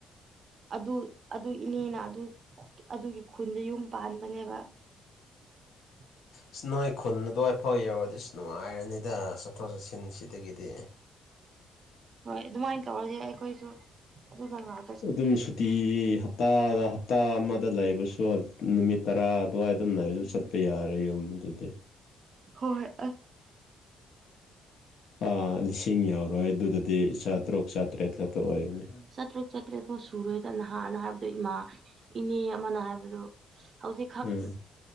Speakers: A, on the right (about 50°); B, on the left (about 70°).
A: ꯑꯗꯨ ꯑꯗꯨ ꯏꯅꯦꯅ ꯑꯗꯨ ꯑꯗꯨꯒꯤ ꯈꯨꯟꯗ ꯌꯨꯝ ꯄꯥꯟꯕꯅꯦꯕ꯫ <inaudible>
B: ꯏꯁ ꯅꯣꯏ ꯈꯨꯟ ꯑꯗꯨꯋꯥꯏꯐꯥꯎ ꯌꯧꯔꯗꯤ ꯏꯁ ꯅꯨꯡꯉꯥꯏꯔꯅꯤꯗ ꯆꯠꯊꯣꯛ ꯆꯠꯁꯤꯟꯁꯤꯗꯒꯤꯗꯤ꯫
A: ꯍꯣꯏ ꯑꯗꯨꯃꯥꯏꯅ ꯇꯧꯔꯗꯤ ꯑꯩꯈꯣꯏꯁꯨ ꯑꯗꯨꯅ ꯉꯥꯏ
B: ꯑꯗꯨꯝ ꯁꯨꯇꯤ ꯍꯥꯞ꯫ ꯍꯞꯇꯥꯗ ꯍꯞꯇꯥ ꯑꯃꯗ ꯂꯩꯕꯁꯨ ꯅꯨꯃꯤꯠ ꯇꯔꯥ ꯑꯗꯨꯋꯥꯏ ꯑꯗꯨꯝ ꯂꯩꯔꯁꯨ ꯆꯠꯄ ꯌꯥꯔꯦ ꯌꯨꯝ ꯑꯗꯨꯗꯤ꯫
A: ꯍꯣꯏ ꯑꯥ
B: ꯑꯥ ꯂꯤꯁꯤꯡ ꯌꯥꯎꯔꯣꯏ ꯑꯗꯨꯗꯗꯤ ꯆꯥꯇꯔꯨꯛ ꯆꯥꯇ꯭ꯔꯦꯠ ꯈꯛꯇ ꯑꯣꯏꯒꯅꯤ꯫
A: ꯆꯠꯇꯔꯨꯛ ꯆꯠꯇ꯭ꯔꯦꯠ ꯐꯥꯎ ꯁꯨꯔꯣꯏꯗ ꯅꯍꯥꯟꯅ ꯍꯥꯏꯕꯗꯨ ꯏꯃꯥ ꯏꯅꯦ ꯑꯃꯅ ꯍꯥꯏꯕꯗꯨ꯫ ꯍꯧꯖꯤꯛꯈꯛ
B: ꯎꯝ